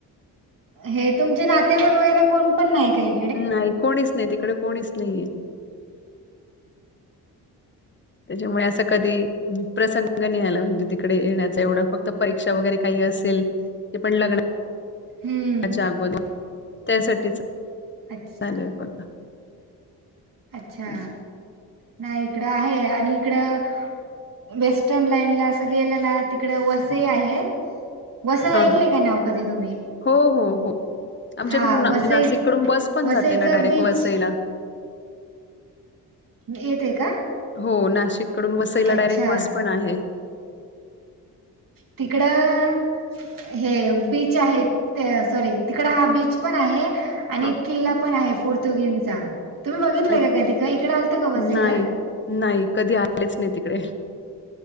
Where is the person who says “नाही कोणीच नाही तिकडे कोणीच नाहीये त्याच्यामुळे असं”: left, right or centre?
Left